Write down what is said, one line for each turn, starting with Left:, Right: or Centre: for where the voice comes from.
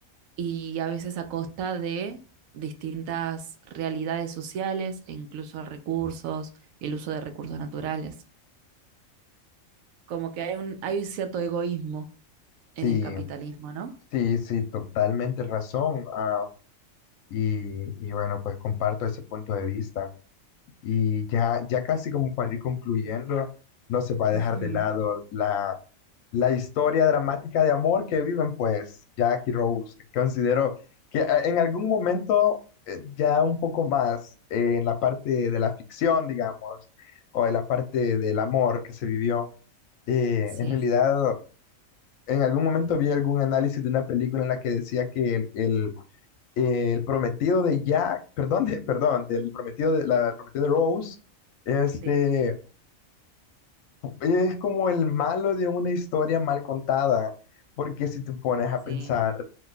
Right: y a veces a costa de distintas realidades sociales e incluso recursos, el uso de recursos naturales. Como que hay un, hay un cierto egoísmo en
Left: Sí,
Right: el capitalismo, ¿no?
Left: Sí, sí, totalmente razón. ah, y, y bueno, pues comparto ese punto de vista. Y ya, ya casi como para ir concluyendo, no se va a
Right: Ujú.
Left: dejar de lado la, la historia dramática de amor que viven, pues, Jack y Rose, que considero que eh, en algún momento, eh, ya un poco más, eh, en la parte de la ficción, digamos, o en la parte del amor que se vivió, eh,
Right: Sí,
Left: en realidad, en algún momento vi algún análisis de una película en la que decía que el, el eh, el prometido de Jack, perdón, de- perdón, del prometido de la prometida de Rose, este
Right: sí,
Left: es como el malo de una historia mal contada, porque si te pones a
Right: sí.
Left: pensar,